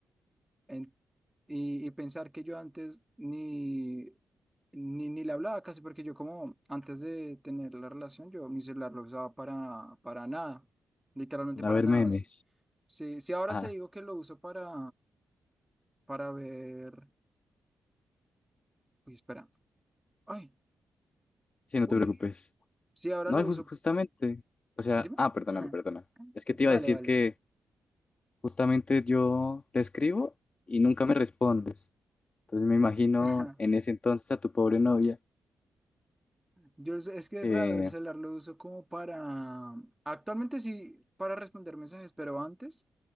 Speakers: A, in the centre; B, on the left.
A: En- y, y pensar que yo antes ni, ni, ni le hablaba casi, porque yo como antes de tener la relación, yo mi celular lo usaba para, para nada. Literalmente
B: A
A: para
B: ver,
A: nada.
B: memes.
A: Sí, sí, ahora
B: Ah,
A: te digo que lo uso para, para ver. Uy, espera. Ay,
B: sí, no
A: uy.
B: te preocupes.
A: Sí, ahora
B: No,
A: lo
B: y jus-
A: uso.
B: justamente, o sea,
A: Dime.
B: ah, perdóname,
A: <laughs>
B: perdona. Es que
A: Vale,
B: te iba a decir
A: vale.
B: que justamente yo te escribo y nunca me respondes. Entonces me imagino
A: <laughs>
B: en ese entonces a tu pobre novia
A: Yo sé- es que
B: que,
A: es raro el celular,
B: <gasps>
A: lo uso como para. Actualmente sí, para responder mensajes, pero antes,